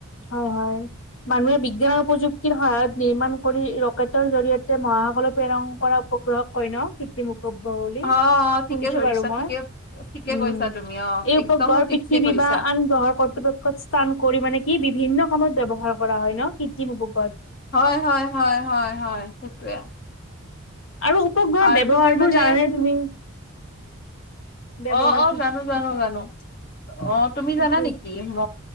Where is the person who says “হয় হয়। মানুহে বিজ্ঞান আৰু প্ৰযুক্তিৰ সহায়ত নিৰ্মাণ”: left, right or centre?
Left